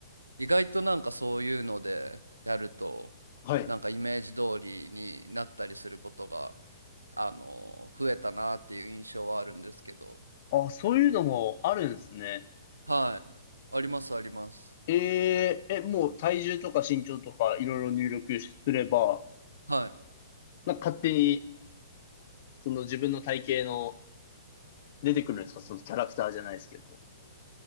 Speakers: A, on the right; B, on the left.
A: 意外となんかそういうのでやると
B: はい。
A: なんかイメージ通りになったりすることがあの増えたなっていう印象はあるんですけど
B: あ、そういうのもあるんですね。
A: はいありますあります
B: えー、え、もう体重とか身長とかいろいろ入力すれば、
A: はい
B: なんか勝手に、その自分の体型の出てくるんですかそのキャラクターじゃないですけど。